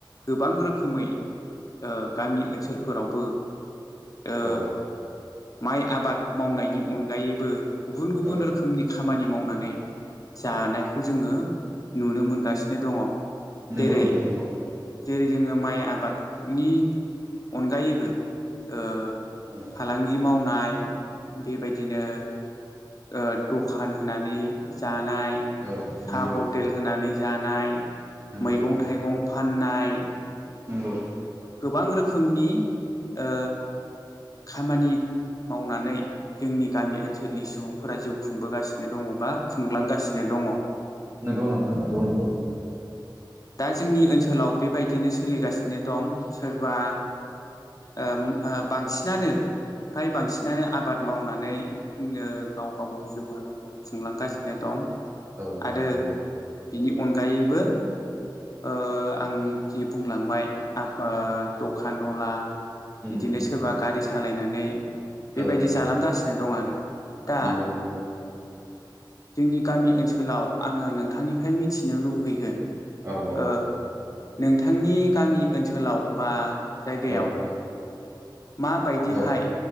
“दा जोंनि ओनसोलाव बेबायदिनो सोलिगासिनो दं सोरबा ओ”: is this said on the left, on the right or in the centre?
Left